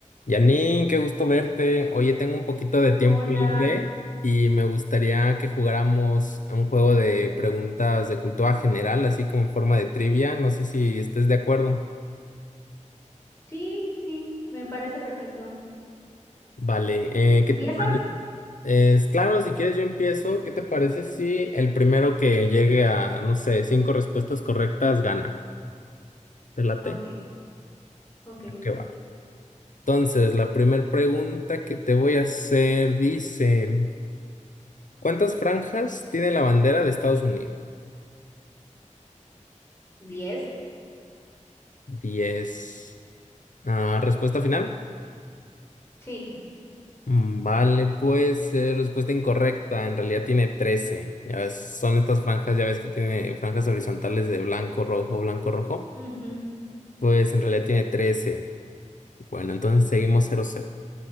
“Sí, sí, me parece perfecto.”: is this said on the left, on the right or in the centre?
Left